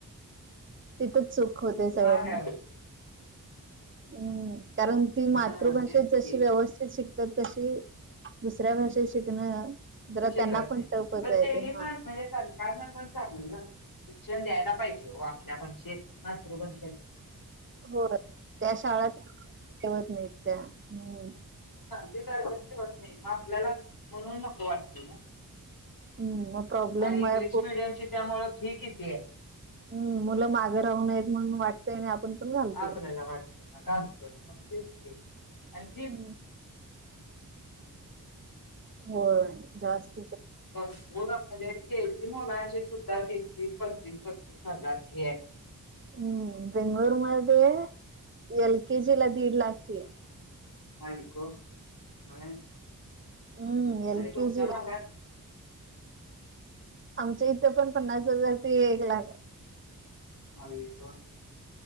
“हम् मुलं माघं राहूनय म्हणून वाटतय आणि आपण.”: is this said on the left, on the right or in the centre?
Right